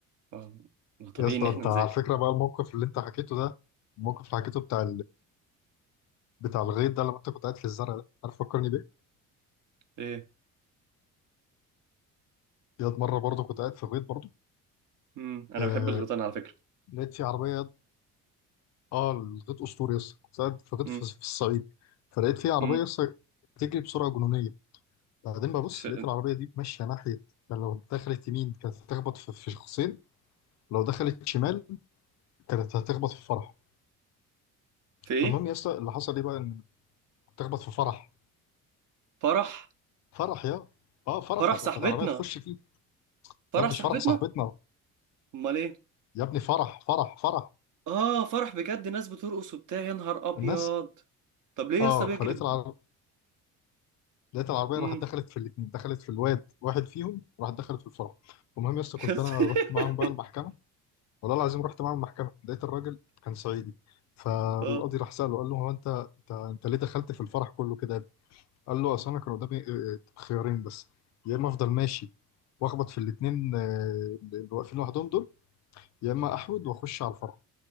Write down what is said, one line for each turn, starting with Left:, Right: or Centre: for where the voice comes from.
Right: اه، ما هو طبيعي
Left: يا اسطى
Right: ان احنا
Left: انت
Right: نذاكر
Left: على فكره بقى الموقف اللي انت حكيته ده الموقف اللي حكيته بتاع بتاع الغيط ده لما انت كنت قاعد في الزرع ده عارف فكرني بيه؟
Right: ايه
Left: ياد مرة برضه كنت قاعد في الغيط برضه
Right: امم انا
Left: آه
Right: بحب الغيطان على فكرة
Left: لقيت في عربية ياد اه الغيط أسطوري يس كنت قاعد في الغيط
Right: امم
Left: في, في الصعيد فلقيت في عربية
Right: امم
Left: يس بتجري بسرعة جنونية بعدين ببص
Right: في...
Left: لقيت العربية دي ماشية ناحية يعني لو دخلت يمين كانت هتخبط في, في شخصين لو دخلت شمال كانت هتخبط في فرح
Right: في ايه
Left: فالمهم يا اسطى اللي حصل ايه بقى ان هتخبط في فرح
Right: فرح
Left: فرح يا اه فرح
Right: فرح
Left: ده
Right: صاحبتنا
Left: كانت عربية تخش فيه
Right: فرح
Left: يا ابني
Right: صاحبتنا
Left: مش فرح صاحبتنا
Right: امال ايه
Left: يا ابني فرح فرح فرح
Right: اه فرح بجد ناس بترقص وبتاع يا نهار ابيض
Left: الناس
Right: طب ليه
Left: اه
Right: يا اسطى بيجري
Left: فلقيت العربية لقيت العربيه
Right: امم
Left: راحت دخلت في الاثنين دخلت في الواد واحد فيهم راحت دخلت في الفرع المهم يا اسطى
Right: <laughs>
Left: كنت انا رحت معاهم بقى المحكمه والله العظيم رحت معاهم المحكمه لقيت الراجل كان صعيدي فالقاضي
Right: اه
Left: راح ساله قال له هو انت انت انت ليه دخلت في الفرح كله كده يا ابني؟ قال له اصل انا كان قدامي آه، آه، خيارين بس يا اما افضل ماشي واخبط في الاثنين اللي واقفين لوحدهم دول يا اما احود واخش على الفرح